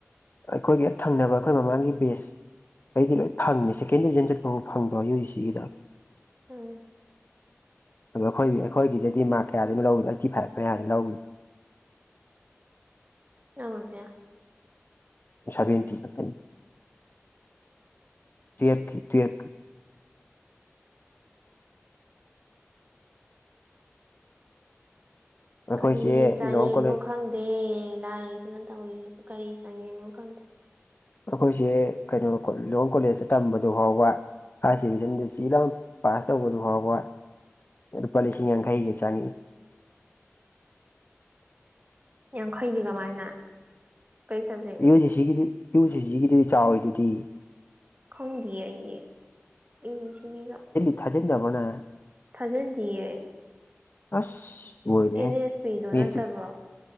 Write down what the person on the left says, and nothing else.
ꯑꯩꯈꯣꯏꯒꯤ ꯍꯦꯛ ꯊꯪꯅꯕ ꯑꯩꯈꯣꯏ ꯃꯃꯥꯡꯒꯤ ꯕꯦꯁ ꯈꯩꯗꯤ ꯂꯣꯏ ꯐꯪꯉꯦ ꯁꯦꯀꯦꯟ ꯗꯤꯕꯤꯖꯟ ꯆꯠꯄꯐꯥꯎ ꯐꯪꯗ꯭ꯔꯣ ꯌꯨ ꯁꯤꯒꯤꯗꯣ
ꯑꯗꯣ ꯑꯩꯈꯣꯏ ꯑꯩꯈꯣꯏꯒꯤꯗꯗꯤ ꯃꯥꯔꯛ ꯀꯌꯥꯗꯒꯤꯅꯣ ꯂꯧꯔꯤꯗꯣ ꯑꯥꯏꯇꯤ ꯐꯥꯏꯚ ꯃꯌꯥꯅꯦ ꯂꯧꯒꯤ
ꯁꯕꯦꯟꯇꯤ ꯈꯛꯇꯅꯤ ꯇꯨꯋꯦꯜꯐꯀꯤ ꯇꯨꯋꯦꯜꯐ ꯑꯩꯈꯣꯏꯁꯦ
ꯂꯨꯋꯥꯡ ꯀꯣꯂꯦꯖ
ꯑꯩꯈꯣꯏꯁꯦ ꯀꯩꯅꯣ ꯂꯨꯋꯥꯡ ꯀꯣꯂꯦꯖꯇ ꯇꯝꯕꯗꯨ ꯐꯥꯎꯕ ꯐꯥꯔꯁ ꯗꯤꯕꯤꯖꯟꯗ ꯆꯤ ꯂꯥꯎꯅ ꯄꯥꯁ ꯇꯧꯕꯗꯨ ꯐꯥꯎꯕ ꯂꯨꯄꯥ ꯂꯤꯁꯤꯡ ꯌꯥꯡꯈꯩꯒ ꯆꯪꯉꯛꯏ
ꯌꯨꯖꯤꯁꯤꯒꯤꯗꯤ ꯌꯨꯖꯤꯁꯤꯒꯤꯗꯨꯗꯤ ꯆꯥꯎꯔꯤꯗꯨꯗꯤ
ꯊꯥꯖꯤꯟꯗꯕꯣ ꯅꯪ
ꯑꯁ ꯂꯣꯏꯔꯦꯍꯦ
ꯃꯦꯇꯤꯛ